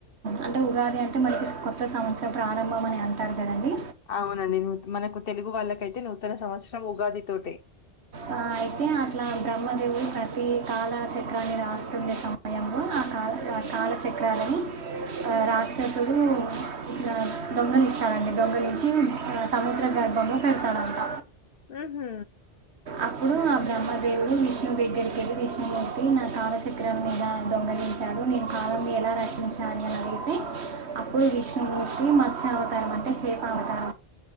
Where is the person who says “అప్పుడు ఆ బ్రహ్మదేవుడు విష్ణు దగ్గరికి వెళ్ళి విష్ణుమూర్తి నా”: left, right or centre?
Right